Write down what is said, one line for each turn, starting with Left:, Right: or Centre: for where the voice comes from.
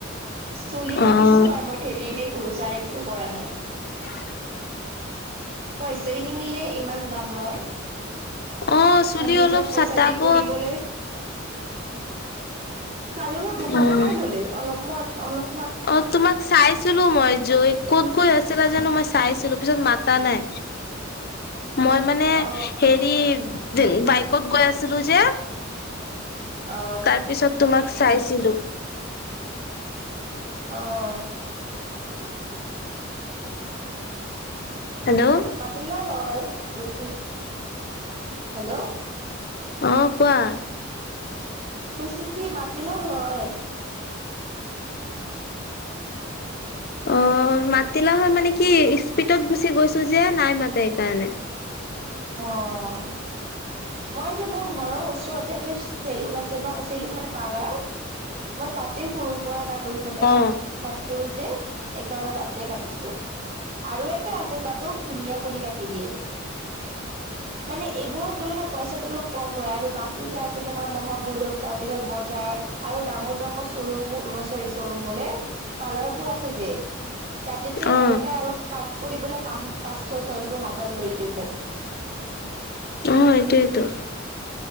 Right: চুলি
Left: অ
Right: কাটিছো
Left: অ
Right: আৰু মই সেইদিনেই পচাৰ একো কৰা নাই।
Left: <inaudible>
Right: পইচা নিমিলে, ইমান দাম লয়।
Left: অ চুলি
Right: আৰু নিজৰ
Left: অলপ
Right: পইচা
Left: চাতাব
Right: দি, কৰিবলৈ কালি মই দুশ
Left: উম
Right: টকাই ললে অলপ মই, অলপ
Left: অ, তোমাক চাইছিলো মই। জৈ ক'ত গৈ আছিলা জানো, মই চাইছিলো, পিছত মাতা নাই। মই মানে
Right: অ
Left: হেৰি, বাইকত গৈ আছিলো যে।
Right: অ
Left: তাৰ পিছত তোমাক চাইছিলো।
Right: আহ।
Left: হেল্ল'
Right: মাতিলা হয়। ৰখি, হেল্ল?
Left: অ, কোৱা।
Right: কৈছো কি মাতিলা হয়।
Left: অহ। মাতিলা হয়, মানে কি স্পীডত গুচি গৈছো যে, নাই মাতে সেইকাৰণে।
Right: অহ। মই যে মোৰ ঘৰৰ ওচৰতে এটা চেলুন আছে ন, চেলুন মানে পালাৰ। মই তাতেই সৰুৰ পৰা কটো মানে
Left: অ
Right: কটো ক কৰো যে এইকাৰণে তাতে কাটিছো আৰু এটা আছে তাতো ধুনীয়া কৰি কাটি দিয়ে মানে এই বোৰত গোলে নহ পইছাটো অলপ কম লয় আৰু বাকী যে আছে তোমাৰ মহা ভৈৰৱ তাৰ পিছত বজাৰ আৰু ডাঙৰ ডাঙৰ শ্ব'ৰুম বোৰ অহ চৰী শ্ব'ৰুম বোলে পাৰ্লাৰ বোৰ আছে যে তাতে তো
Left: অ
Right: এনেকে অলপ কাট কৰিবলৈ পচ পাঁচশ ছয়শ হাজাৰ লৈ লব
Left: আহ এইটোৱেইটো